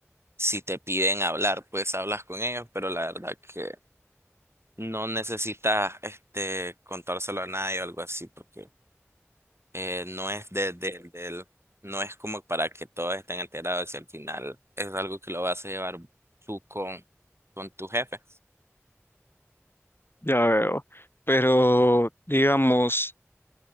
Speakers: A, on the right (about 55°); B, on the left (about 45°).
A: si te piden hablar, pues hablas con ellos, pero la verdad que no necesitas este contárselo a nadie o algo así, porque eh, no es de, de- del- no es como para que todos estén enterados y al final es algo que lo vas a llevar tú con, con tu jefe.
B: Ya veo. Pero digamos